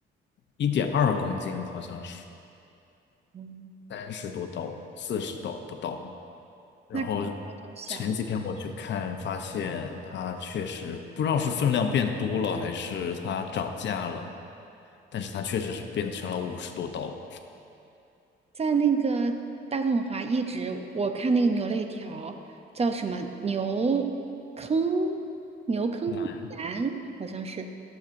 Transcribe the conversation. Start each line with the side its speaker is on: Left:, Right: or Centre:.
Left: 一点二公斤，好像是
Right: 嗯，
Left: 三十多刀，四十刀不到。然后
Right: 那可能包装小一点。
Left: 前几天我去看，发现它确实不知道是分量变多了还是它涨价了，但是它确实是变成了五十多刀。
Right: 在那个大统华一直，我看那个牛肋条叫什么牛坑牛坑腩，
Left: 那
Right: 好像是，